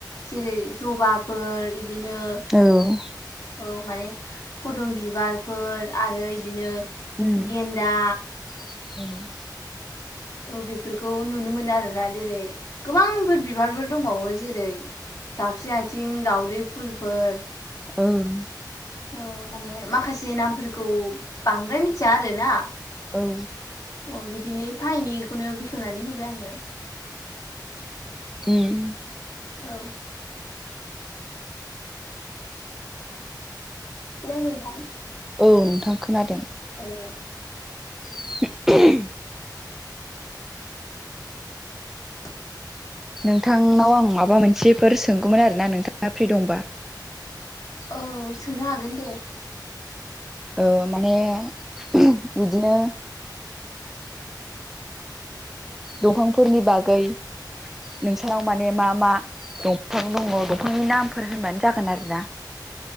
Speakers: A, on the left (about 45°); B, in the centre.
A: जेरै जबाफोर इदिनो
B: <unintelligible>
A: औ माने फदुम बिबारफोर आरो इदिनो
B: उम
A: गेन्दा
B: <unintelligible>
A: औ बेफोरखौ नुनो मोनो आरोना जेरै गोबांफोर बिबारफोर दंबावो जेरै दाउस्रि आथिं दाउदै फुलफोर
B: औ
A: औ माने माखासे नामफोरखौ बांद्राय मिथिया आरोना
B: औ
A: अ बिदिनो एफा एनैखौनो बेखेवनानै होबाय आङो
B: उम
A: औ हेलौ नोंथां
B: औ नोंथां खोनादों
A: औ
B: <inaudible>
A: <inaudible>
B: नोंथांनाव आं माबा मोनसेफोर सोंगौमोन आरोना नोंथाङा फ्रि दंबा
A: औ सोंनो हागोन दे
B: ओ माने बिदिनो दंफांफोरनि बागै नोंसानाव माने मा मा दंफां दङ दंफांनि नामफोर होनबानो जागोन आरोना